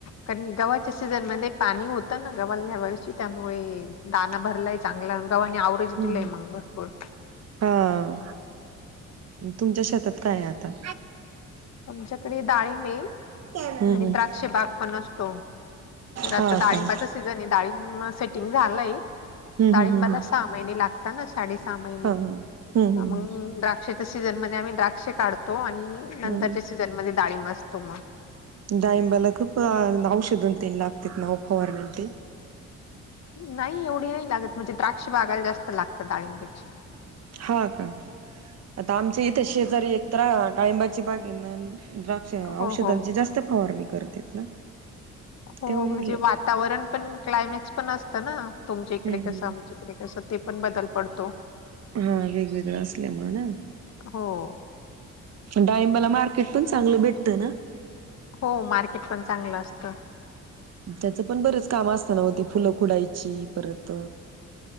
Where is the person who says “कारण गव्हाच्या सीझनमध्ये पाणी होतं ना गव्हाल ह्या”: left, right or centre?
Left